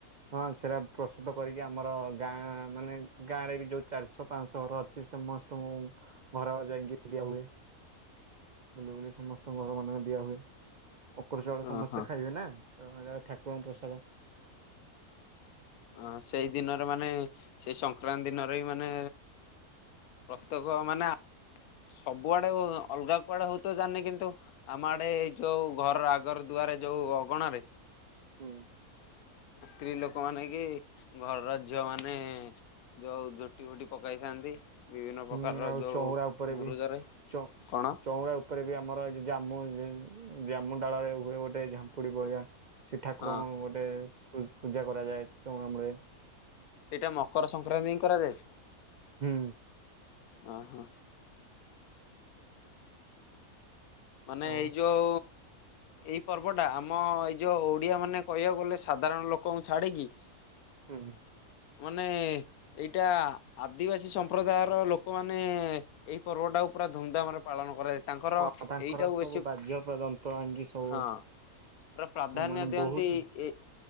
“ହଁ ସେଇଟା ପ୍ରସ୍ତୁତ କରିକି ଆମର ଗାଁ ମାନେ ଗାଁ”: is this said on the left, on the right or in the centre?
Right